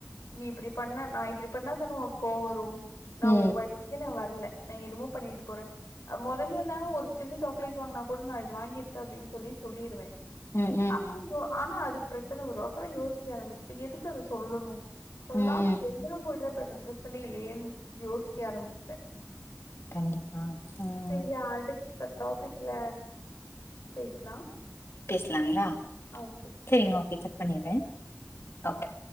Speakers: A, on the left; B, on the left.
A: நீ இப்டி பண்ண நான் இப்படி பண்ணாதானே உன கோ வரும் நான்
B: ம்
A: ஒ ஒய்ஃப் ஏ நா வரல நான் என்னமோ பண்ணிட்டு போறேன் முதல்ல எல்லாம் ஒரு சின்ன சாக்லேட் வாங்கினா கூட நான் இது வாங்கியிருக்கேன் அப்படின்னு சொல்லி சொல்லிருவேன்
B: ம் ம்
A: அப்புறம் ஆனா அதுக்கு பிரச்சனை வரும் அப்புறம் யோசிக்க ஆரம்பிச்சுட்டு எதுக்கு அதை சொல்லணும் சொல்லாம
B: ம்
A: தெரியாம போயிடுற ப்ப பிரச்சனை இல்லையேன்னு யோசிக்க ஆரம்பிச்டேன்
B: கண்டிப்பா ம்
A: <unintelligible> இப்ப டாபிக்ல பேசலாம்
B: பேஸ்லாங்ளா
A: ஓகே
B: செரிங்க ஓகே கட் பண்ணிறே ஓகே